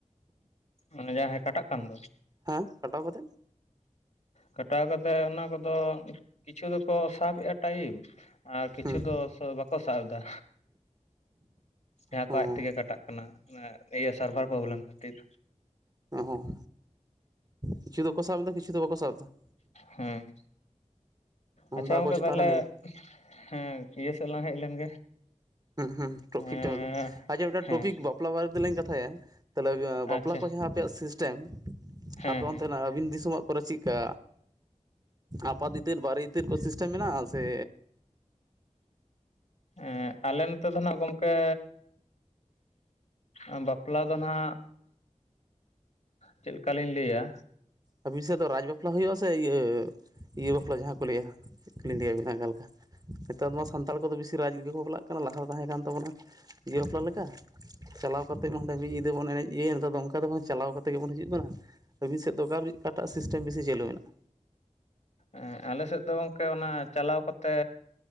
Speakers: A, on the left; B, on the right.
A: ᱚᱱᱮ ᱡᱟᱦᱟᱸᱭ ᱠᱟᱴᱟᱜ ᱠᱟᱱ ᱫᱚ?
B: ᱦᱮᱸ ᱠᱟᱴᱟᱣ ᱠᱟᱛᱮᱫ
A: ᱠᱟᱴᱟᱣ ᱠᱟᱛᱮ ᱚᱱᱟ ᱠᱚᱫᱚ ᱠᱤᱪᱷᱩ ᱫᱚᱠᱚ ᱥᱟᱵ ᱮᱫᱟ ᱴᱟᱭᱤᱢ, ᱟᱨ ᱠᱤᱪᱷᱩ
B: ᱦᱮᱸ
A: ᱫᱚ ᱥᱚ ᱵᱟ ᱠᱚ ᱥᱟᱣ ᱫᱟ᱾ ᱡᱟᱦᱟᱸ
B: ᱦᱚᱸ
A: ᱠᱚ ᱟᱡ ᱛᱮᱜᱮ ᱠᱟᱴᱟᱜ ᱠᱟᱱᱟ, ᱚᱱᱟ ᱤᱭᱟᱹ ᱥᱟᱨᱵᱷᱟᱨ ᱯᱨᱚᱵᱞᱮᱢ ᱠᱷᱟᱹᱛᱤᱨ᱾
B: ᱚ ᱦᱚᱸ, ᱠᱤᱪᱷᱩ ᱫᱚᱠᱚ ᱥᱟᱵ ᱫᱟ, ᱠᱤᱪᱷᱩ ᱫᱚ ᱵᱟᱠᱚ ᱥᱟᱵ ᱫᱟ᱾
A: ᱦᱮᱸ
B: ᱚᱱᱟ
A: ᱟᱪᱪᱷᱟ
B: ᱫᱚ
A: ᱜᱚᱝᱠᱮ
B: ᱟᱠᱚ ᱪᱮᱛᱟᱱ
A: ᱛᱟᱦᱚᱞᱮ,
B: ᱨᱮ ᱱᱤᱨᱵᱷᱚᱨ
A: ᱦᱮᱸ ᱤᱭᱟᱹ ᱥᱮᱫ ᱞᱟᱝ ᱦᱮᱡ ᱞᱮᱱᱜᱮ᱾
B: ᱦᱮᱸ ᱦᱮᱸ ᱴᱚᱯᱤᱠ
A: ᱮᱸ
B: ᱛᱟᱦᱟᱞᱮ ᱟᱪᱪᱷᱟ, ᱢᱤᱫᱴᱟᱝ
A: ᱦᱮᱸ
B: ᱴᱚᱯᱤᱠ ᱵᱟᱯᱞᱟ ᱵᱟᱨᱮ ᱛᱮᱞᱤᱧ ᱠᱟᱛᱷᱟᱭᱟ? ᱛᱟᱦᱞᱮ
A: ᱟᱪᱪᱷᱟ
B: ᱵᱟᱯᱞᱟ ᱠᱚ ᱡᱟᱦᱟᱸ ᱟᱯᱮᱭᱟᱜ ᱥᱤᱥᱴᱮᱢ,
A: ᱦᱮᱸ
B: ᱟᱯᱮ ᱚᱱᱛᱮᱱᱟᱜ?
A: ᱦᱮᱸ
B: ᱟᱹᱵᱤᱱ ᱫᱤᱥᱚᱢᱟᱜ ᱠᱚᱨᱮ ᱪᱤᱠ ᱠᱟ, ᱟᱯᱟᱛ ᱤᱛᱟᱹ ᱵᱟᱨᱮ ᱤᱛᱟᱹ ᱠᱚ ᱥᱤᱥ ᱚᱱᱛᱮ ᱢᱮᱱᱟᱜ ᱟᱥᱮ?
A: ᱮᱜᱸ ᱟᱞᱮ ᱱᱚᱛᱮ ᱫᱚ ᱱᱟᱜ ᱜᱚᱝᱠᱮ ᱩᱸ ᱵᱟᱯᱞᱟ ᱫᱚ ᱱᱟᱜ ᱪᱮᱫ ᱞᱮᱠᱟᱞᱤᱧ ᱞᱟᱹᱭᱟ᱾
B: ᱟᱹᱵᱤᱱ ᱥᱮᱫ ᱫᱚ ᱨᱟᱡᱽ ᱵᱟᱯᱞᱟ ᱦᱳᱭᱳᱜᱼᱟ, ᱥᱮ ᱤᱭᱟᱹ ᱤᱭᱟᱹ ᱵᱟᱯᱞᱟ ᱡᱟᱦᱟᱸ ᱠᱚ ᱞᱟᱹᱭᱟ? ᱪᱮᱫ ᱞᱤᱧ ᱞᱟ. ᱭ ᱟᱵᱤᱱᱟ ᱟᱠᱟ ᱞᱮᱠᱟ, ᱱᱮᱛᱟᱨ ᱢᱟ ᱥᱟᱱᱛᱟᱲ ᱠᱚᱫᱚ, ᱵᱮᱥᱤ ᱨᱟᱡᱽ ᱞᱮᱠᱟ ᱠᱚ ᱵᱟᱯᱞᱟᱜ ᱠᱟᱱᱟ᱾ ᱞᱟᱦᱟ ᱫᱚ ᱛᱟᱦᱮᱸ ᱠᱟᱱ ᱛᱟᱵᱚᱱᱟ ᱤᱭᱟᱹ ᱵᱟᱯᱞᱟ ᱞᱮᱠᱟ? ᱪᱟᱞᱟᱣ ᱠᱟᱛᱮ ᱢᱟ ᱦᱟᱸᱰᱮ ᱢᱤᱫ ᱧᱤᱫᱟᱹ ᱵᱚᱱ ᱮᱱᱮᱡ ᱤᱭᱟᱹ ᱮᱱ ᱱᱮᱛᱟᱨ ᱫᱚ, ᱚᱱᱠᱟ ᱫᱚ ᱵᱟᱝ ᱪᱟᱞᱟᱣ ᱠᱟᱛᱮ ᱜᱮᱵᱚᱱ ᱦᱤᱡᱩᱜ ᱠᱟᱱᱟ᱾ ᱟᱹᱵᱤᱱ ᱥᱮᱫ ᱫᱚ ᱚᱠᱟ ᱚᱠᱟᱴᱟᱜ, ᱥᱤᱥᱴᱮᱢ ᱵᱤᱥᱤ ᱪᱟᱹᱞᱩ ᱢᱮᱱᱟᱜᱼᱟ?
A: ᱮᱸ ᱟᱞᱮ ᱥᱮᱫ ᱫᱚ ᱜᱚᱢᱠᱮ, ᱚᱱᱟ ᱪᱟᱞᱟᱣ ᱠᱟᱛᱮ